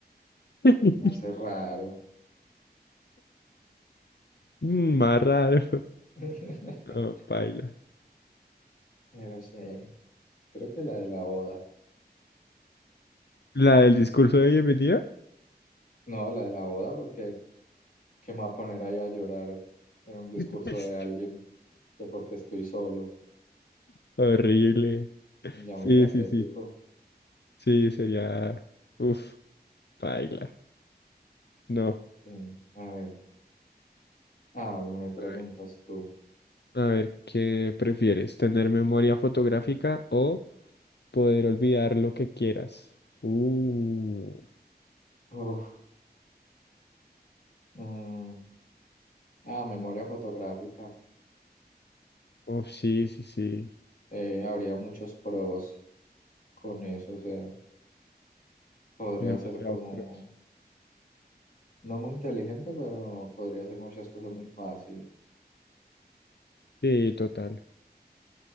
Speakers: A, on the left (about 85°); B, on the left (about 55°).
A: <laughs>
B: me hace raro.
A: Mm, Más raro.
B: <laughs>
A: Oh, paila.
B: Pero sí, creo que la de la boda.
A: La del
B: ¿Qué
A: discurso
B: más?
A: de bienvenida.
B: No, la de la boda, porque ¿qué me va a poner ahí a llorar en un discurso
A: <laughs> es
B: de alguien que porque estoy solo?
A: Horrible.
B: Ya muy
A: Sí,
B: patético.
A: sí, sí. Sí, sería. Uf, paila. No.
B: Eh, a ver, ah, me preguntas
A: A ver,
B: tú.
A: A ver, ¿qué prefieres? ¿Tener memoria fotográfica o poder olvidar lo que quieras? Uh.
B: Uf, mm, ah, memoria fotográfica.
A: Uf, sí, sí, sí.
B: Eh, habría muchos pros con eso, o sea, podría
A: Demasiados
B: ser como,
A: pros.
B: no muy inteligente, pero podría hacer muchas cosas muy fácil.
A: Sí, total.